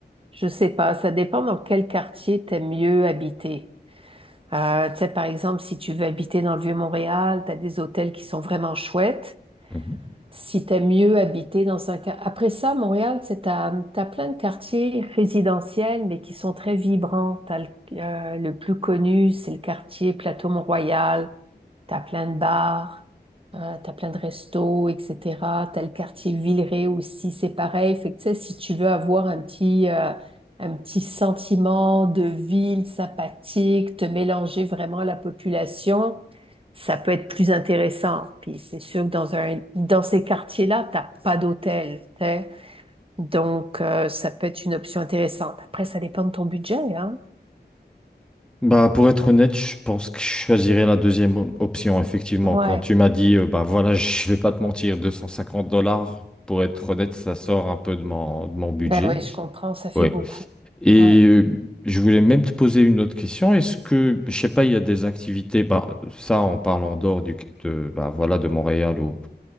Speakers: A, on the right; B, in the centre.
A: je sais pas, ça dépend dans quel quartier t'aimes mieux habiter. Euh, tu sais, par exemple, si tu veux habiter dans le Vieux-Montréal, tu as des hôtels qui sont vraiment chouettes.
B: Mhm.
A: Si tu aimes mieux habiter dans un... quar- Après ça, Montréal, c'est t'as, t'as plein de quartiers résidentiels, mais qui sont très vibrants. T'as le, euh, le plus connu, c'est le quartier Plateau-Mont-Royal. T'as plein de bars, euh, t'as plein de restos, etc. T'as le quartier Villeray aussi, c'est pareil. Fait que, tu sais, si tu veux avoir un petit, euh, un petit sentiment de ville sympathique, te mélanger vraiment à la population, ça peut être plus intéressant. Puis c'est sûr que dans un, dans ces quartiers-là, t'as pas d'hôtel, tu sais. Donc, euh, ça peut être une option intéressante. Après, ça dépend de ton budget, hein.
B: Bah, pour être honnête, je pense que je choisirais la deuxième op- option, effectivement.
A: Ouais.
B: Quand tu m'as dit, euh, bah voilà, je vais pas te mentir, 250 dollars, pour être honnête, ça sort un peu de mon, de mon budget.
A: Ben oui, je comprends, ça fait
B: Oui.
A: beaucoup.
B: Et
A: Ouais.
B: euh, je voulais même te poser une autre question. Est-ce que, je sais pas, il y a des activités, bah, ça en parlant dehors du, de, bah, voilà, de Montréal ou,